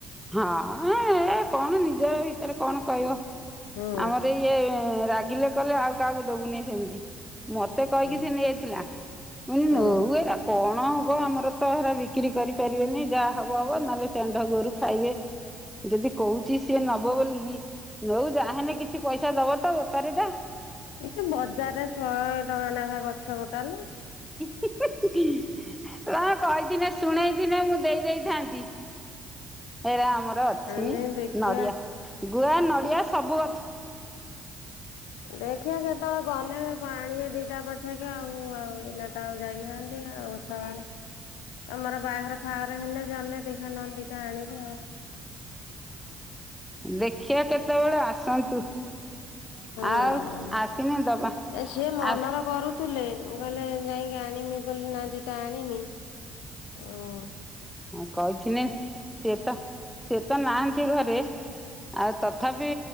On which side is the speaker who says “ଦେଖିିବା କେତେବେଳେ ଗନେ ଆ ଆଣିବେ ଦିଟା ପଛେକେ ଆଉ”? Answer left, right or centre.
Left